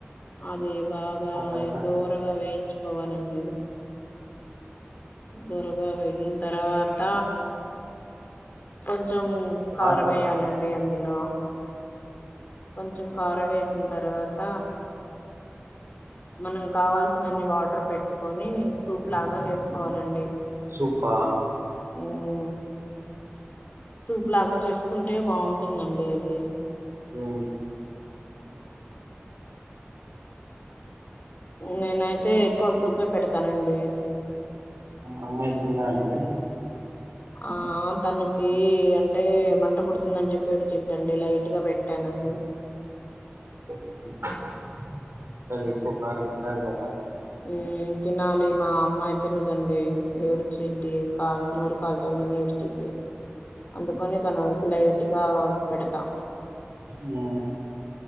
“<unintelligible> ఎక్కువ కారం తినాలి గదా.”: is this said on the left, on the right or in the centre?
Right